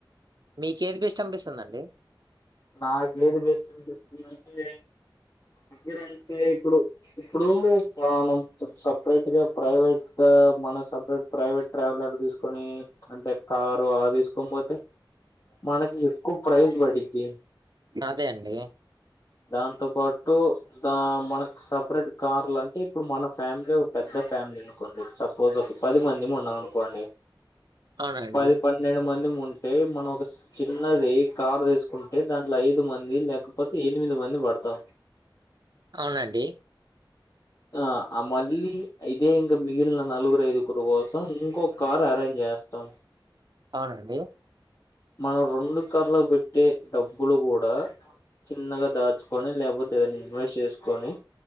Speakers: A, on the right; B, on the left.
A: మీకేది బెస్ట్ అనిపిస్తుంది అండి
B: నా దగ్గర అంతే ఇప్పుడు ఇప్పుడు పాణం సపరేట్ గా ప్రైవేట్ మన సపరేట్ ప్రైవేట్ ట్రావెలర్ తీసుకొని అంటే కారు అది తీసుకొనిపోతే మనకి ఎక్కువ ప్రైస్ పడిద్దీ
A: నాదే అండి
B: దాంతో పాటు దా మనకు సపరేట్ కార్లు అంటే ఇప్పుడు మన ఫ్యామిలీ ఒక పెద్ద ఫ్యామిలీ అనుకుండి సప్ పది మంది ఉన్నాం అనుకోండి
A: అవునండి.
B: పది ప పన్నెండు మందిము ఉంటే మనం ఒక చిన్నది కార్ తీసుకుంట అంటే దాంట్లో ఐదు మంది లేకపోతే ఎనిమిది మంది పడతామ్
A: అవునండి
B: ఆ ఆ మల్లి ఇదే ఇంకా మిగిలిన నలుగురు ఐదుగురు కోసం ఇంకొక కారు అరేంజ్ చేస్తాం
A: అవునండి
B: మనం రెండు కార్లకు పెట్టే డబ్బులు కూడా చిన్నగా దాచుకొని లేకపోతే ఏదన్న ఇన్వెస్ట్ చేసుకొని